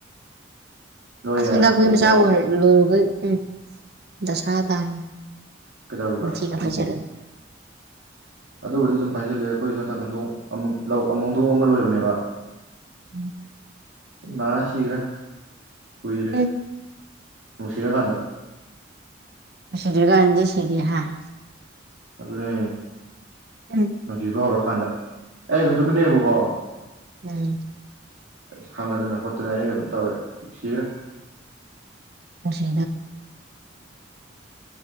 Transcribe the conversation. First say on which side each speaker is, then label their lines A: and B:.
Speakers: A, on the right; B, on the right.
A: ꯂꯣꯏꯌꯦ
B: ꯑꯁ ꯂ ꯃꯈꯣꯏ ꯃꯆꯥ ꯑꯣꯏꯔ ꯂꯣꯏꯔꯒ ꯎꯝ ꯖꯁꯥ ꯇꯥꯔꯤ
A: ꯀꯩꯗꯧꯔꯤꯕ
B: ꯃꯊꯤꯒ ꯍꯥꯏꯖꯔ ꯑꯗꯨ
A: ꯑꯗꯨꯕꯨꯗꯤ ꯑꯗꯨꯝ ꯐꯥꯏꯖꯤꯜꯂꯦ ꯑꯩꯈꯣꯏꯁꯨ ꯍꯟꯗꯛ ꯍꯟꯗꯣꯡ ꯑꯃ ꯃꯨꯗꯣꯡ ꯑꯃ ꯂꯣꯏꯕꯅꯦꯕ
B: ꯎꯝ
A: ꯅꯥ ꯁꯤꯈ꯭ꯔꯥ ꯀꯨꯏꯗ꯭ꯔꯦ
B: ꯎꯝ
A: ꯅꯨꯡꯁꯤꯔꯀꯥꯟꯗ
B: ꯁꯤꯗꯒꯗꯦ ꯁꯤꯗꯦ ꯍꯥꯥ
A: ꯑꯗꯨꯅꯦ
B: ꯎꯝ
A: ꯅꯨꯡꯊꯕ ꯍꯧꯔꯛꯀꯥꯟꯗ ꯑꯩ ꯑꯗꯨꯝ ꯇꯨꯃꯤꯟꯅꯩꯌꯦꯕꯀꯣ
B: ꯎꯝ
A: ꯁꯥꯟꯅꯗꯅ ꯈꯣꯠꯇꯅ ꯑꯩꯒ ꯑꯗꯨꯝ ꯇꯧꯋꯦ ꯁꯤꯈ꯭ꯔꯥ
B: ꯂꯣꯚꯦ